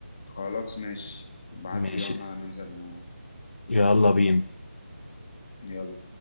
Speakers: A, on the left (about 20°); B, on the left (about 65°).
A: خلاص ماشي ابعت
B: ماشي
A: لي وانا ننزل النهارده
B: يلا بينا
A: يلا